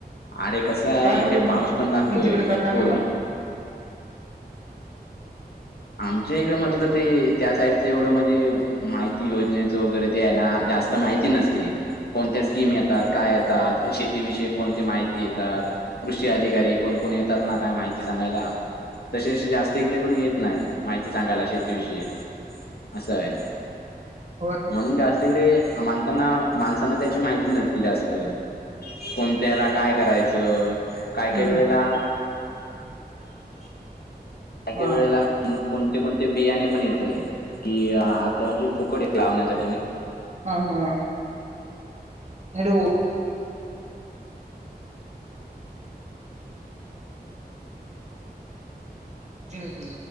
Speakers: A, on the left; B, on the right.
A: अरे कसं आहे
B: काय म्हणलं
A: इकडे पाऊस
B: तुमच्याकडे
A: पण लागतोय
B: काय
A: भरपूर.
B: म्हणलं.
A: आमच्या इकडे म्हटलं ते त्या साईड एवढं म्हणजे माहिती योजनेचं वगैरे ते आहे ना जास्त माहिती नसती. कोणत्या स्कीम येतात काय येतात शेतीविषयी कोणती माहिती येतात. कृषी अधिकारी कोण कोण येतात ना काय माहिती सांगायला तसे जास्त इकडे कोून येत. नाही माहिती सांगायला शेतीविषयी असं आहे.
B: हो
A: म्हणून जास्तकडे माणसांना माणसांना त्याची माहिती नसते जास्त कोणत्याला काय करायचं काय काही
B: हम्म
A: वेळेला त्याका
B: हा
A: वेळेला कोणते कोणते बियाणे पण येत कि आता म्हणजे फुकोडी लावण्यासाठी
B: हा हा हॅलो जन तुझ